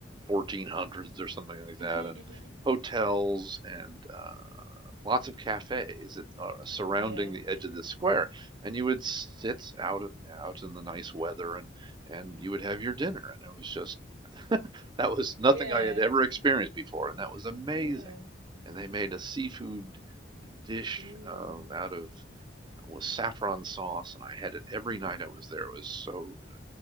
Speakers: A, on the right; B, on the right.
A: 1400s or something like that,
B: Mhm,
A: and
B: mhm.
A: hotels and uh, lots of cafes that surrounding
B: Yeah.
A: the edge of the square. And you would sit out and out in the nice weather, and and you would have your dinner. And it was just <laughs> that was nothing
B: Yeah.
A: I had ever experienced before, and that was amazing.
B: Yeah.
A: And they made a seafood dish
B: Ooh.
A: um, out of uh, with saffron sauce, and I had it every night
B: Mm.
A: I was there. It was so